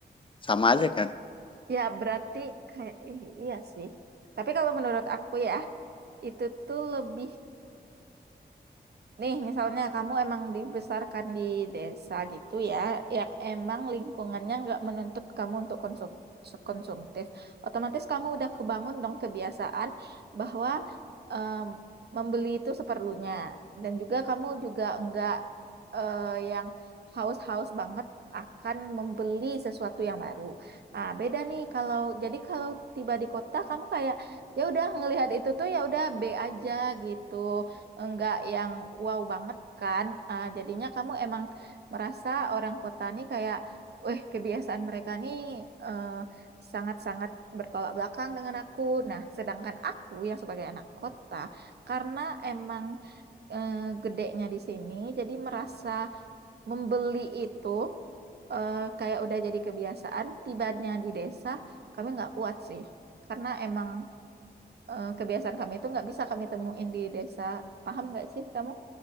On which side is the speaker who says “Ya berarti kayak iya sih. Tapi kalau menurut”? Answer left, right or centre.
Right